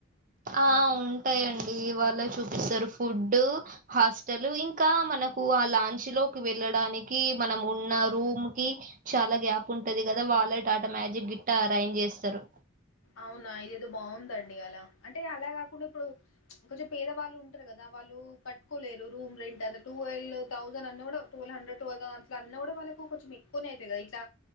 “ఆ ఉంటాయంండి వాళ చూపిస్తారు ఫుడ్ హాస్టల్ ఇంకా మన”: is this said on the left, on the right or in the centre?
Right